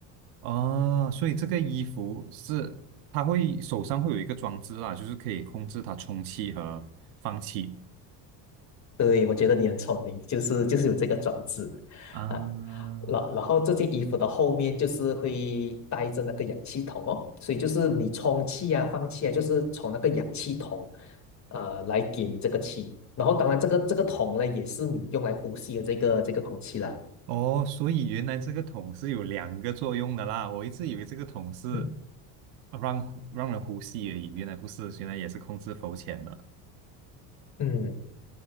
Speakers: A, on the right; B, on the left.
A: 啊，所以这个衣服是它会手上会有一个装置啦，就是可以控制它充气和放气
B: 对，我觉得你很聪明，就是就是有这个装置
A: 啊，
B: 啊。然然后这件衣服的后面就是会带着那个氧气筒哦，所以就是你充气啊、放气啊，就是从那个氧气筒呃来给你这个气。然后当然这个这个桶呢，也是你用来呼吸的这个这个空气啦。
A: 哦。所以原来这个桶是有两个作用的啦，我一直以为这个桶是
B: 嗯
A: 让让人呼吸而已，原来不是，原来也是控制浮潜的。
B: 嗯，